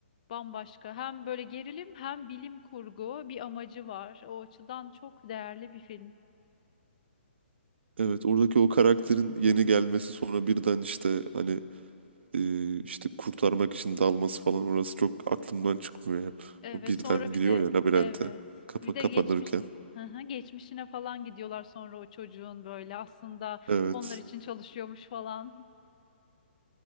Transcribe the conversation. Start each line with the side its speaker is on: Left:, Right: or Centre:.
Left: Bambaşka. Hem böyle gerilim hem bilim kurgu bir amacı var. O açıdan çok değerli bir film.
Right: Evet oradaki o karakterin yeni gelmesi sonra birden işte hani e, işte kurtarmak için dalması falan orası çok aklımdan çıkmıyor hep.
Left: Evet,
Right: O birden
Left: sonra bir
Right: giriyor
Left: de
Right: ya labirente
Left: evet.
Right: kapa
Left: Bir
Right: kapanırken.
Left: de geçmiş Hı hı, geçmişine falan gidiyorlar sonra o çocuğun böyle aslında
Right: Evet
Left: onlar için çalışıyormuş falan.